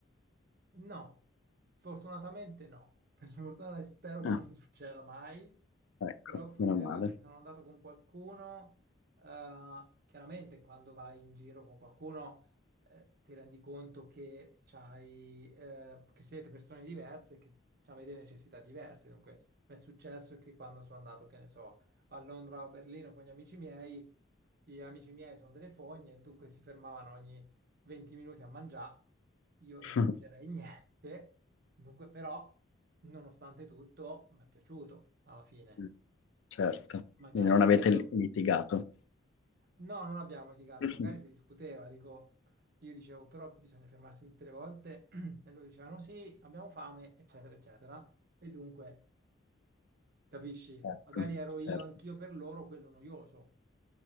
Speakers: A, on the right; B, on the left.
A: No, fortunatamente no. <laughs> Per fortuna e spero che
B: Ah,
A: non <laughs> succeda mai,
B: ecco,
A: però tutte
B: meno male.
A: le volte che sono andato con qualcuno, eh, chiaramente quando vai in giro con qualcuno, eh, ti rendi conto che c'hai, eh, che siete persone diverse, che avete necessità diverse. Dunque, mi è successo che quando sono andato, che ne so, a Londra o a Berlino con gli amici miei, gli amici miei sono delle fogne, dunque si fermavano 20 minuti a mangiare, io
B: <laughs>
A: non mangerei niente, dunque però, nonostante tutto, mi è piaciuto alla fine.
B: Mm, Certo,
A: Magari
B: Quindi non avete
A: io so...
B: li- litigato.
A: No, non abbiamo litigato,
B: <laughs>
A: magari si discuteva, dico, io dicevo però bisogna fermarsi tutte le volte <clears throat> e loro dicevano sì, abbiamo fame, eccetera, eccetera. E dunque, capisci?
B: Ecco,
A: Magari ero io
B: certo,
A: anch'io per loro quello noioso,